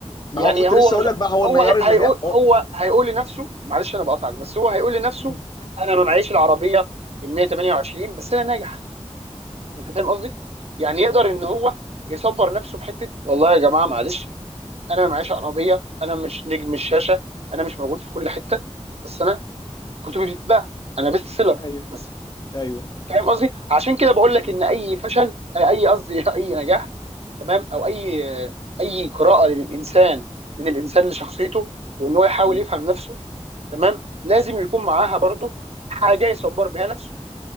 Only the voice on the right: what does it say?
يعني
هو
مش
هو
هيقول
هو هيقول لنفسه معلش انا بقاطعك بس هو هيقول لنفسه
انا ما معيش العربيه ال 128 بس انا ناجح انت فاهم قصدي يعني يقدر ان هو يصبر نفسه بحته والله يا جماعه معلش انا ما معيش عربيه انا مش نجم الشاشه انا مش موجود في كل حته بس انا كتبي بتتباع انا بيست سيلر
بس
فاهم قصدي عشان كده بقول لك
ان اي فشل اي قصدي <laughs> اي نجاح تمام او اي اي قراءه للانسان من الانسان لشخصيته وان هو يحاول
يفهم نفسه تمام لازم يكون معاها برضه حاجه يصبر بها نفسه